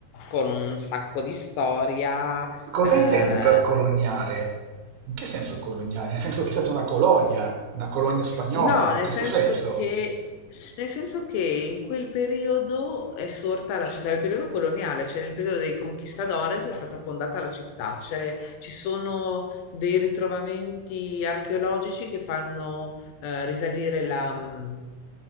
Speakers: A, on the left; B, on the right.
A: con un sacco di storia,
B: Cosa
A: eh,
B: intendi per coloniale? In che senso coloniale? Nel senso che è stata una colonia, una colonia spagnola,
A: No,
B: in
A: nel
B: questo
A: senso
B: senso?
A: che, nel senso che in quel periodo è sorta la città, nel periodo coloniale, cioè nel periodo dei conquistadores è stata fondata la città, cioè ci sono dei ritrovamenti archeologici che fanno eh, risalire la mh,